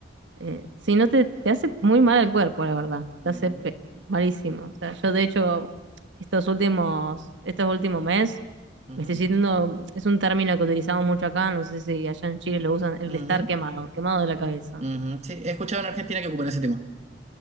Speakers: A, on the right; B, on the right.
A: eh, si no te, te hace muy mal al cuerpo, la verdad,
B: Ujú,
A: te hace pe- malísimo. O sea, yo de hecho, estos últimos, estos últimos meses,
B: ujú,
A: me estoy sintiendo, es un término que utilizamos mucho acá, no sé si allá en Chile lo usan, el
B: ujú,
A: de estar quemado, quemado de la cabeza.
B: ujú. Sí, he escuchado en Argentina que ocupan ese tema.